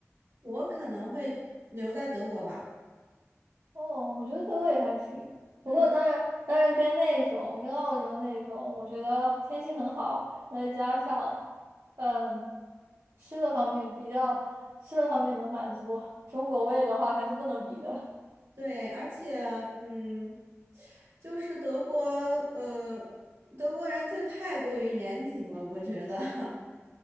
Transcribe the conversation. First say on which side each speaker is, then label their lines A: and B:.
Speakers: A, on the right; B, on the right.
A: 我可能会留在德国吧。
B: 哦，我觉得德国也还行，不过当然当然跟那种跟澳洲那种，
A: 嗯。
B: 我觉得天气很好，然后再加上嗯吃的方面比较吃的方面能满足中国胃的话，还是不能比的。
A: 对，而且嗯，就是德国，呃，德国人就太过于严谨了，我觉得，<laughs>